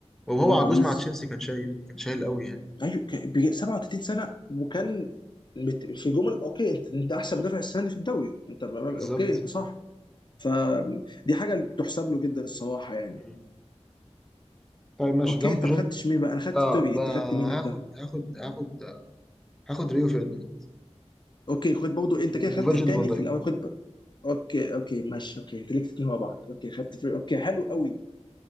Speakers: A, in the centre; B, on the left.
A: وهو
B: هروح
A: عجوز
B: باريس
A: مع تشيلسي كان شايل كان شايل قوي يعني
B: ايوه كان بي- 37 سنه وكان بت- في جمل اوكي انت انت احسن مدافع السنه دي في الدوري انت اوكي
A: بالظبط
B: انت صح فدي حاجه تحسب له جدا الصراحه يعني
A: مم. طيب ماشي
B: اوكي
A: جنب
B: انت
A: جون
B: ما خدتش مين بقى انا خدت
A: اه
B: توري
A: بقى
B: انت خدت مين
A: هاخد
B: انت
A: هاخد هاخد هاخد ريو فيرديناند
B: اوكي خد برضه انت
A: وفيرجيل
B: كده خدت التاني
A: فان دايك
B: في الاول خد ب... اوكي اوكي ماشي اوكي انت ليك اتنين مع بعض اوكي خدت في... اوكي حلو قوي